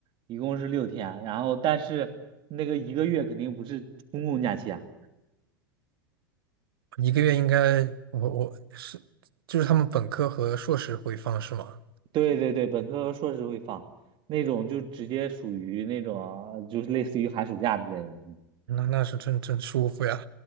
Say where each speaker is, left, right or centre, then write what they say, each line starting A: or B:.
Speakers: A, on the right; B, on the right.
A: 一共是六天。然后，但是那个一个月肯定不是公共假期啊。
B: 一个月应该我我是就是他们本科和硕士会放是吗？
A: 对对对，本科和硕士会放，那种就直接属于那种呃就是类似于寒暑假之类的。
B: 那那是真真舒服呀。